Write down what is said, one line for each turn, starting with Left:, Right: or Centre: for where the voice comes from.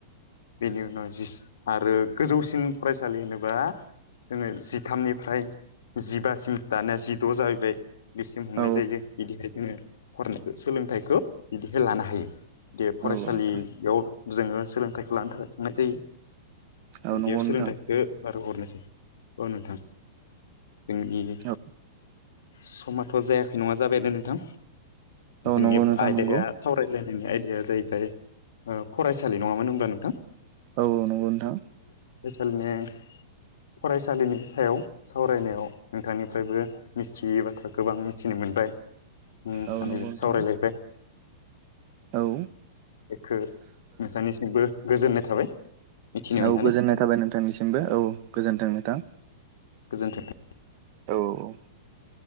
Left: बेनि उनाव आरो गोजौसिन फरायसालि होनोबा जोंङो जिथामनिफ्राय जिबासिम दानिया जिद जाहैबाय बेसिम हमनाय
Right: औ
Left: जायो बिदिहाय जोंङो फरायनायखौ सोलोंथाइखौ बिदिहाय लानो हायो फरायसालियाव
Right: औ नोंथां
Left: जोंङो सोलोंथाइखौ लानो थाखाय थांनाय जायो।
Right: औ
Left: बिदियाव
Right: नंगौ नोंथां
Left: सोलोंथाइखौ बारहोहरनाय जायो औ नोंथां। ओम ओम जोंनि
Right: औ
Left: समाथ जायाखै नङा जाबायानो नोंथां।
Right: औ
Left: जोंनि
Right: नंगौ नोंथां
Left: आयदाया
Right: नंगौ
Left: सावरायलायनायनि आयदा या जाहैबाय फरायसालि नङामोन होनब्ला नोंथां।
Right: औ औ नंगौ नोंथां
Left: नि फरायसालिनि सायाव सावरायनायाव नोंथांनिफ्रायबो मिथियै बाथ्रा गोबां मिथिनो मोनबाय
Right: औ
Left: सानैजों
Right: नंगौ नोंथां
Left: सावरायलायबाय
Right: औ ओ
Left: एखो मेखानिसिमबो गोजोननाय थाबाय मिथिनो मोननानै
Right: औ गोजोननाय थाबाय नोंथांनिसिमबो औ गोजोन्थों नोंथां
Left: गोजोन्थों
Right: औ औ